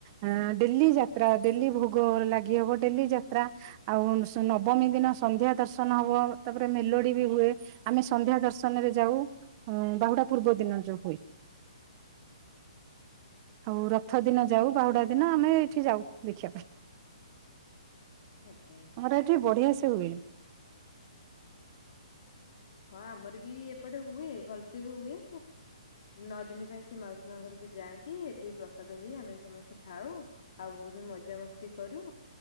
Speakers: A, on the right (about 35°); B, on the left (about 60°).
A: ଆ ଡେଲି ଯାତ୍ରା ଡେଲି ଭୋଗ ଲାଗି ହବ ଡେଲି ଯାତ୍ରା ଆଉ ନବମୀ ଦିନ ସନ୍ଧ୍ୟା ଦର୍ଶନ ହବ ତାପରେ ମେଲୋଡି ବି ହୁଏ। ଆମେ ସନ୍ଧ୍ୟା ଦର୍ଶନରେ ଯାଉ ଉ ବାହୁଡା ପୂର୍ବ ଦିନ ଯୋଉ ହୁଏ। ଆଉ ରଥ ଦିନ ଯାଉ ବାହୁଡା ଦିନ ଆମେ ଏଇଠି ଯାଉ ଦେଖିବା ପାଇଁ।
B: ଆଜ୍ଞା।
A: ଆମର ଏଠି ବଢିଆ ସେ ହୁଏ।
B: ହଁ ଆମର ବି ଏପଟେ ହୁଏ ଭଲସେ ବି ହୁଏ। ନଅ ଦିନି ପାଇଁ ସେ ମାଉସୀ ମା ଘରକୁ ଯାଆନ୍ତି ଏଠି ପ୍ରସାଦ ହୁଏ ଆମେ ବି ସମସ୍ତେ ଖାଉ ଆଉ ବହୁତ ମଜାମସ୍ତି କରୁ।